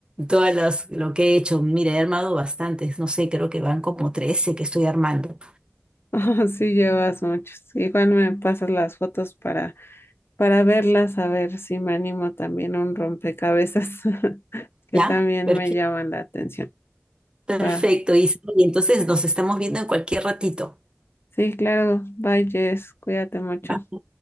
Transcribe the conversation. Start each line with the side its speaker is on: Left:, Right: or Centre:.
Right: todas las, lo que he hecho. Mira, he armado bastantes. No sé, creo que van como 13 que estoy armando.
Left: Oh, Sí, llevas muchos. Igual me pasas las fotos para, para verlas, a ver si me animo también a un rompecabezas <laughs> que
Right: ¿Ya?
Left: también
Right: Perfecto,
Left: me llaman la atención.
Right: perfecto,
Left: Va.
Right: Isa. Y entonces nos estamos viendo en cualquier ratito.
Left: Sí, claro. Bye, Jess. Cuídate mucho.
Right: Bye.